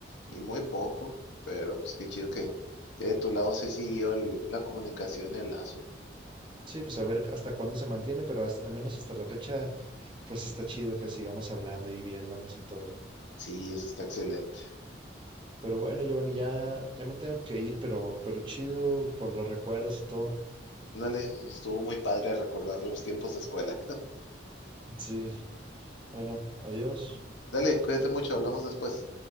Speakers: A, on the left (about 75°); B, on the right (about 25°).
A: Y muy poco, pero pues qué chido que, que de tu lado se siguió el- la comunicación y el lazo.
B: Sí, pues a ver hasta cuándo se mantiene, pero hasta- al menos hasta la fecha, pues está chido que sigamos hablando y viéndonos y todo.
A: Sí, eso está excelente.
B: Pero bueno, Giovanni, ya, ya me tengo que ir, pero, pero chido por los recuerdos y todo.
A: Dale, estuvo muy padre recordar los tiempos de escuela.
B: Sí, bueno, adiós.
A: Dale, cuídate mucho, hablamos después.